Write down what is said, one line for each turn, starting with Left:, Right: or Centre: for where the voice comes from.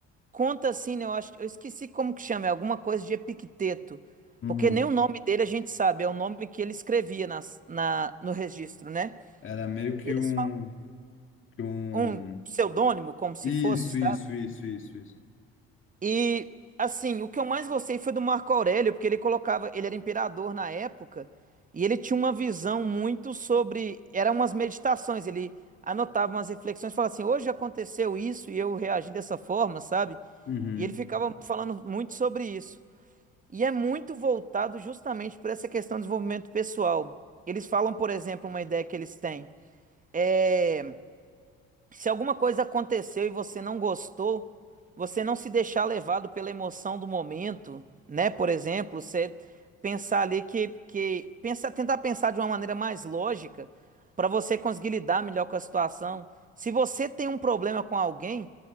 Right: conta assim, né? Eu acho, eu esqueci como que chama, é alguma coisa de Epicteto.
Left: Uhum.
Right: Porque nem o nome dele a gente sabe, é o nome que ele escrevia nas, na, no registro, né?
Left: Era meio que
Right: E eles
Left: um,
Right: falam
Left: que um...
Right: um pseudônimo, como se
Left: Isso,
Right: fosse, sabe?
Left: isso, isso, isso, isso.
Right: E assim, o que eu mais gostei foi do Marco Aurélio, porque ele colocava, ele era imperador na época, e ele tinha uma visão muito sobre, eram umas meditações, ele anotava umas reflexões, falava assim: "Hoje aconteceu isso e eu reagi dessa forma", sabe?
Left: Uhum,
Right: E ele ficava falando muito sobre isso. E é muito voltado justamente para essa questão do desenvolvimento pessoal. Eles falam, por exemplo, uma ideia que eles têm. é, se alguma coisa aconteceu e você não gostou, você não se deixar levado pela emoção do momento, né? Por exemplo, você pensar ali que, que pensa, tentar pensar de uma maneira mais lógica para você conseguir lidar melhor com a situação. Se você tem um problema com alguém,